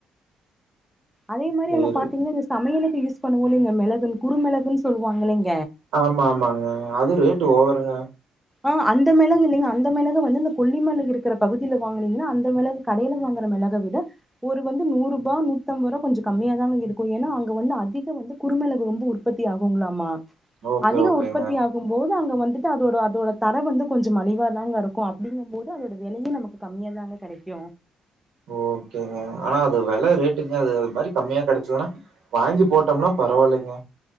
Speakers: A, in the centre; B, on the right.
A: அதே மாரி
B: சரி
A: அங்க பாத்தீங்கன்னா இந்த சமையலுக் யூஸ் பண்ணுவோ இல்லங்க மெளகுனு குரு மெளகுன்னு சொல்லுவாங்கல்லைங்
B: ஆமா ஆமாங்க அது ரேட்டு் ஓவருங்க
A: ஆஹ் அந்த மெளகு இல்லைங்க அந்த மெளக வந்து இந்த கொல்லி மளகு இருக்கிற பகுதியில வாங்குனீங்கன்னா அந்த மெளகு கடையில வாங்குற மெளக விட ஒரு வந்து நூறூபா நூ த்தொம்ப ரூவா கொஞ்சொ கம்மியா தாங்க இருக்கு ஏனா அங்க வந்து அதிக வந்து குறுமெளகு ரொம்ப உற்பத்தி ஆகுங்களாமா
B: ஓகே
A: அதிக
B: ஓகேங்க.
A: உற்பத்தி ஆகும் போது அங்க வந்து ந்துட்டு அதோட அதோட தரொ வந்து கொஞ்சொ மலிவாதாங்க இருக்கு அப்படிங்கம் போது அதோட வெலையு நமக்கு கம்மியாதாங்க கெடைக்கு
B: ஓகேங்க ஆனா அது வெல ரேட்டுங்க அது அது மாரி கம்மியா கெடைச்சதுன்னா வாங்கி போட்டோம்னா பரவால்லைங்க